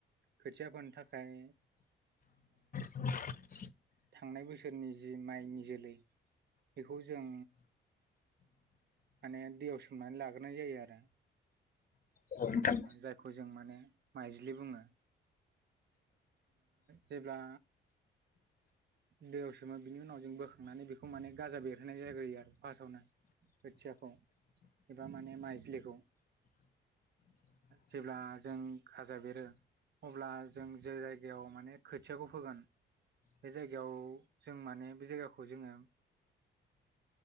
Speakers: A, on the right; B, on the left.
A: खोथिया फोनो थाखाय
B: औ
A: थांनाय बोसोरनि जि माइनि जोलै बेखौ जों माने दैयाव सोमनानै लाग्रोनाय जायो आरो
B: औ नोंथां
A: जायखौ जों माने माइज्लि बुङो जेब्ला दैयाव सोमो बिनि उनाव जों बोखांनानै बेखौ माने गाजा बेरहोनाय जाग्रोयो आरो फार्स्टआवनो खोथियाखौ एबा माने माइजलिखौ जेब्ला जों खाजा बेरो अब्ला जों जे जायगायाव माने खोथियाखौ होगोन बे जायगायाव जों माने बे जायगाखौ जोङो